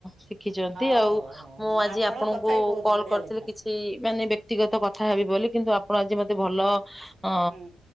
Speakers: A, in the centre; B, on the right (about 45°).
A: ଶିଖିଛନ୍ତି
B: ହଉ
A: ଆଉ
B: ହଉ ହଉ ହଁ
A: ମୁଁ ଆଜି
B: ଆପଣଙ୍କ
A: ଆପଣଙ୍କୁ
B: କଥା ବି ବହୁତ
A: କଲ
B: ବଢ଼ିଆ
A: କରିଥିଲି
B: ଲାଗିଲା
A: କିଛି ସେ ମାନେ ବ୍ୟକ୍ତିଗତ କଥା ହେବି ବୋଲି କିନ୍ତୁ ଆପଣ ଆଜି ମତେ ଭଲ ଅ
B: ହୁଁ